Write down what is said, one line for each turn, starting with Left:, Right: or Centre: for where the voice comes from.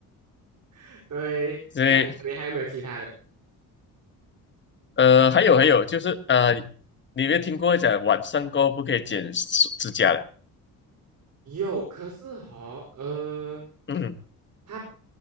Right: <laughs> 对，
Left: 所以。
Right: 这样你还有没有其他的？
Left: 呃，还有还有，就是呃，你有没有听过讲晚上过后不可以剪指甲的？
Right: 有，可是哈，呃，
Left: 嗯
Right: 他，